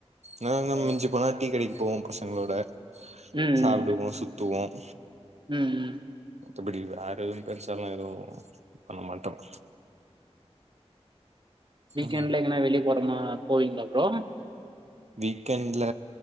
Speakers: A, on the right; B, on the right.
A: ன்னோனு
B: ஓ.
A: மிஞ்சு போனா டீ கடைக்கு போவோம் பசங்களோட
B: ம்
A: சாப்டுவோம்
B: ம்
A: சுத்துவோம்
B: ம் ம்
A: மித்தபடி வேற எதுவும் பெருசாலா எதுவும் பண்ண மாட்டோம்
B: வீக்கெண்ட்ல
A: ம்
B: எங்கனா வெளியே போறமா போவீங்ளா ப்ரோ
A: வீக்கெண்ட்ல